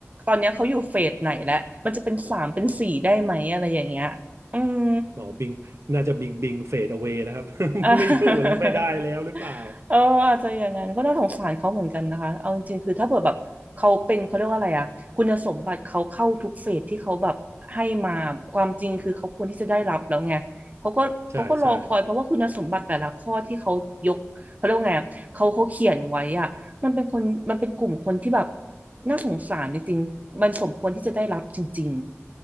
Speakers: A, on the right; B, on the right.
A: ตอนเนี้ยเขาอยู่เฟสไหนแล้วมันจะเป็นสามเป็นสี่ได้ไหมอะไรอย่างเงี้ยอืม
B: อ๋อบิงน่าจะบิงบิงเฟดเอา a ว y แล้วครับ <laughs>
A: <laughs>
B: ไม่อยู่แล้วไม่ได้แล้วหรือเปล่า
A: ออเอออาจจะอย่างนั้นก็น่าสงสารเขาเหมือนกันนะคะเอาจริงๆคือถ้าเกิดแบบเขาเป็นเขาเรียกว่าอะไรอะคุณสมบัติเขาเข้าทุกเฟสที่เขาแบบให้มาความจริงคือเขาควรที่จะได้รับแล้วไงเขาก็เขาก็รอคอยเพราะว่าคุณสมบัติแต่ละข้อที่เขายกเขาเรียกว่าไงอะเขาเขาเขียนไว้อะมันเป็นคนมันเป็นกลุ่มคนที่แบบ
B: ใช่ใช่
A: น่าสงสารจริงๆมันสมควรที่จะได้รับจริง